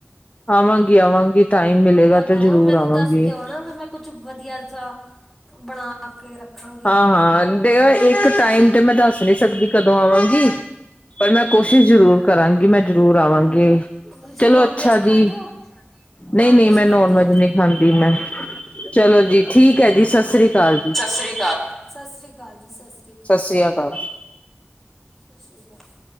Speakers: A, on the left; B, in the centre.
A: ਆਵਾਂਗੀ ਆਵਾਂਗੀ ਟਾਈਮ ਮਿਲੇਗਾ
B: ਕਦੋਂ
A: ਤੇ ਜਰੂਰ
B: ਮੈਨੂੰ
A: ਆਵਾਂਗੀ।
B: ਦੱਸ ਦਿਓ ਨਾ ਤਾਂ ਮੈਂ ਕੁਛ ਵਧੀਆ ਜਿਹਾ ਬਣਾ। ਬਣਾ ਕੇ ਰੱਖਾਂਗੇ।
A: ਹਾਂ ਹਾਂ। ਤੇ ਇਹ ਇੱਕ ਟਾਈਮ ਤੇ ਮੈਂ ਦੱਸ ਨੀ ਸਕਦੀ ਕਦੋਂ ਆਵਾਂਗੀ ਪਰ ਮੈਂ ਕੋਸ਼ਿਸ਼ ਜ਼ਰੂਰ। ਕਰਾਂਗੀ ਮੈਂ ਜਰੂਰ ਆਵਾਂਗੀ
B: ਤੁਸੀਂ
A: ਚਲੋ
B: ਨੋਨ
A: ਅੱਛਾ
B: ਵੈਜ ਖਾਂਦੇ
A: ਜੀ।
B: ਹੋ
A: ਨਹੀਂ
B: ਨੋਨ
A: ਨਹੀਂ
B: ਵੈਜ
A: ਮੈਂ
B: ਖਾਂਦੇ
A: ਨੋਨ ਵੈਜ
B: ਹੋ
A: ਨਹੀਂ ਖਾਂਦੀ ਮੈਂ ਚਲੋ ਜੀ ਠੀਕ ਹੈ ਜੀ। ਸਤਿ ਸ੍ਰੀ ਅਕਾਲ ਜੀ।
B: ਸਤਿ ਸ੍ਰੀ ਅਕਾਲ ਸਤਿ ਸ੍ਰੀ ਅਕਾਲ ਜੀ ਸਤਿ।
A: ਸਤਿ ਸ੍ਰੀ ਅਕਾਲ।
B: ਸਤਿ ਸ੍ਰੀ ਆਕਾਲ।